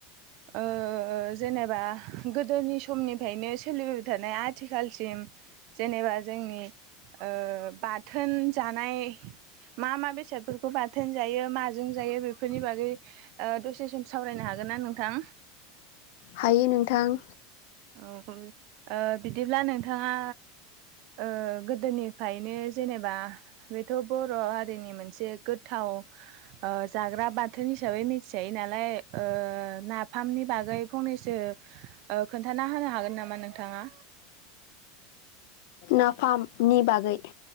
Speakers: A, on the right; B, on the left.
A: ओ जेनेबा गोदोनि। समनिफायनो सोलिबोबाय थानाय आथिखालसिम जेनेबा जोंनि ओ बाथोन जानाय मा मा बेसादफोरखौ बाथोन जायो माजों जायो बेफोरनि बागै ओ दसे सम सावरायनो हागोनना नोंथां।
B: हायो नोंथां।
A: औ बिदिब्ला नोंथाङा ओ गोदोनिफायनो जेनेबा बेथ' बर' हारिनि मोनसे गोथाव ओ जाग्रा बाथोन हिसाबै मिथिजायो नालाय ओ नाफामनि बागै फंनैसो ओ खोनथाना होनो हागोन नामा नोंथाङा?
B: नाफामनि बागै।